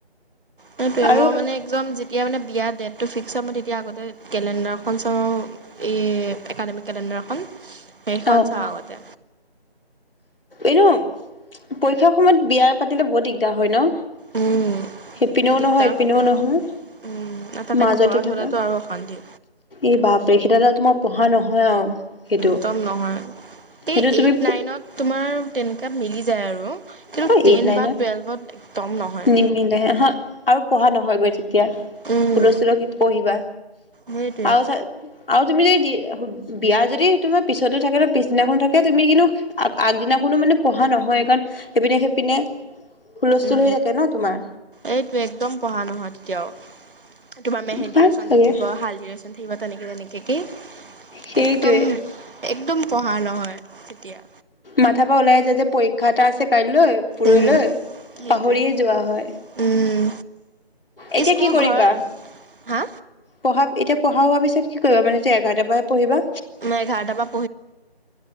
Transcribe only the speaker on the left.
আৰু
অ
এনেও পৰীক্ষাৰ সময়ত বিয়াৰ পাতিলে বহুত দিগদাৰ হয় ন
সেইপিনেও
নহয় ইপিনেও
নহয়
মাজতে
থাকা
এই বাপৰে হে তেতিয়া তোমাৰ পঢ়া নহয়। হয় আৰু সেইটো
সেইটো তুমি
অ
এইট, নাইনত
নিমিলে আহা আৰু পঢ়া নহয় গৈ তেতিয়া তেতিয়া
হুলস্থুলত কি পঢ়িবা
আৰু চা আৰু তুমি যদি দি বিয়া যদি তোমাৰ পিছতো থাকে বা পিছদিনাখনো থাকে তুমি কিন্তু আগ আগদিনাখনো মানে পঢ়া নহয়ে কাৰণ সেইপিনে -সেইপিনে হুলস্থুল
হৈ থাকে ন তোমাৰ
ভাল
লাগে
সেইটোৱে
মাথা পা ওলাই যায় যে, পৰীক্ষা এটা আছে। কাইলৈ, পুৰহিলৈ
পাহৰিয়ে যোৱা হয়।
এতিয়া
কি কৰিবা?
পঢ়া এতিয়া পঢ়াও ভাবিছো কি কৰিবা মানে এতিয়া এঘাৰটা পা হে পঢ়িবা?